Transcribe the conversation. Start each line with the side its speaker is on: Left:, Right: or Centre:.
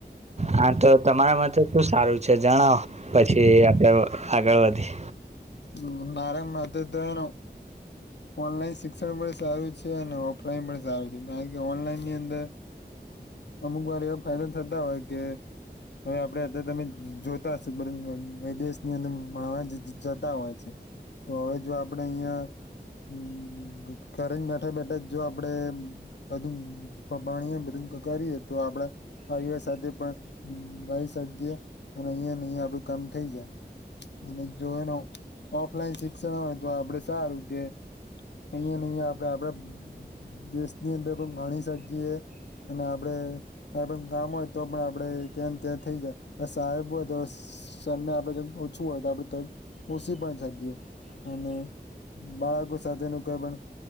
Right: હા તો તમારા માટે શું સારું છે જણાવો પછી આપડે આગળ વધીએ
Left: હ મારા માટે તો એણો ઓનલાઈન શિક્ષણ પણ સારું છે અને ઓફલાઈન પણ સારું છે કારણ કે ઓનલાઈન ની અંદર અમુક વાર એવા ફાઈદા થતા હોય કે હવે આપડે અત્યારે તમે જોતા હશો બધી વિદેશની અંદર માવાન જતા હોય છે. તો હવે જો આપડે અહિયાં હમ ઘરે બેઠા બેઠા જો આપડે બધું પાણી એ બધું કરીએ તો આપડે ભાઈઓ સાથે પણ મળી શકીએ અને અહિયાં ને અહિયા આપડું કામ થઇ જાય. અને જો એનો ઓફલાઈન શિક્ષણ હોય તો આપડે સારું કે અહિયા નહી આપડે આપડે દેશની અંદર પણ ગણી શકીએ અને આપડે આપડે કામ હોય તો પણ આપડે ત્યાં ત્યાં થઈ જાય સાહેબ હોય તો સૈન્ય આપડે જેમ ઓછું હોય તો આપડે કંઈ પોછી પણ શકીએ અને બાળકો સાથેનું કઈ પણ